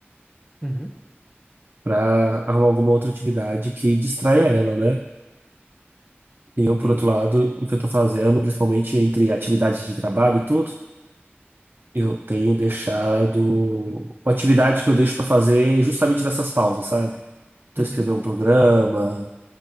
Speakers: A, in the centre; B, on the right.
A: Uhum,
B: para arrumar alguma outra atividade que distraia ela, né? E eu,
A: E tem,
B: por outro lado,
A: e-
B: o que eu tô fazendo, principalmente entre atividades de trabalho e tudo, eu tenho deixado uma atividade que eu deixo para fazer justamente nessas pausas, sabe? Então,
A: uhum,
B: escrever um programa,